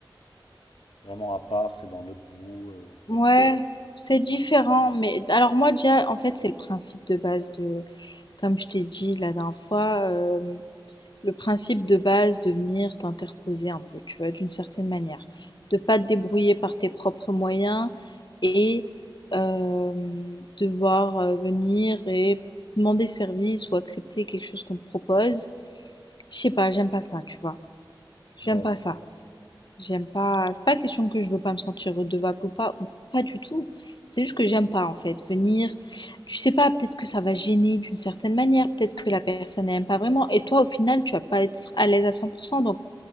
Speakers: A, on the left; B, on the left.
A: vraiment à part, c'est dans l'autre bout. euh,
B: Ouais, c'est différent. Mais alors, moi, déjà, en fait, c'est le principe de base de, comme je t'ai dit la dernière fois, euh, le principe de base de venir t'interposer un peu, tu vois, d'une certaine manière. De pas te débrouiller par tes propres moyens et euh, devoir euh, venir et demander service ou accepter quelque chose qu'on te propose. Je sais pas, j'aime pas ça, tu vois. J'aime
A: ouais.
B: pas ça. J'aime pas. C'est pas question que je veux pas me sentir redevable ou pas, ou pas du tout. C'est juste que j'aime pas en fait venir. Tu sais pas, peut-être que ça va gêner d'une certaine manière, peut-être que la personne n'aime pas vraiment. Et toi, au final, tu vas pas être à l'aise à 100%. Donc,